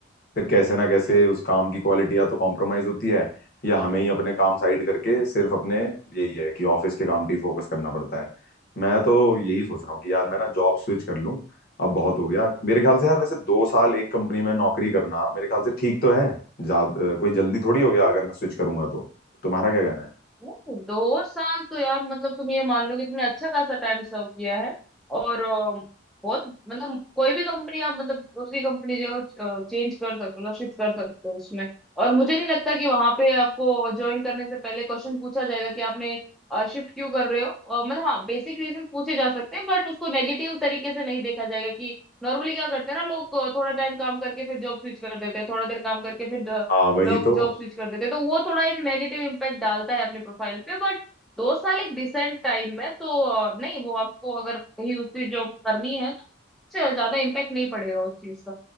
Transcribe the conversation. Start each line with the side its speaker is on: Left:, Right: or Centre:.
Left: फिर कैसे ना कैसे
Centre: हैं
Left: उस काम की क्वालिटी या तो कॉम्प्रोमाइज होती है या हमें ही अपने काम साइड करके सिर्फ अपने यही है कि ऑफिस के काम पे ही फोकस करना पड़ता है मैं तो यही सोच रहा हूँ कि यार मैं ना जॉब स्विच कर लूँ अब बहुत हो गया मेरे
Centre: हम्म।
Left: ख्याल से यार वैसे दो साल एक कंपनी में नौकरी करना मेरे ख्याल से ठीक तो है ज्यादा कोई जल्दी थोड़ी हो गया अगर मैं स्विच करूंगा तो तुम्हारा क्या कहना है
Centre: नहीं, दो साल तो यार मतलब तुम ये मान लो कि तुमने अच्छा खासा टाइम सर्व किया है और अ, बहुत मतलब कोई भी कंपनी आप मतलब दूसरी कंपनी जो चेंज कर सकते हो शिफ्ट कर सकते हो उसमें और
Left: हाँ
Centre: मुझे नहीं लगता कि वहां पे आपको ज्वाइन करने से पहले क्वेश्चन पूछा जाएगा कि आपने शिफ्ट क्यों कर रहे हो अ, मतलब हाँ बेसिक रीजन पूछे जा सकते हैं बट उसको नेगेटिव तरीके से नहीं देखा जाएगा कि नॉर्मली क्या करते हैं ना लोग अ, थोड़ा टाइम काम करके फिर जॉब स्विच कर देते हैं थोड़ा देर काम करके फिर
Left: हाँ वही
Centre: लोग
Left: तो
Centre: जॉब स्विच कर देते हैं, तो वो थोड़ा एक नेगेटिव इम्पैक्ट डालता है अपनी प्रोफाइल पे बट दो साल एक डिसेंट टाइम है तो अ, नहीं वो आपको अगर कहीं दूसरी जॉब करनी है तो उससे ज्यादा इम्पैक्ट नहीं पड़ेगा उस चीज का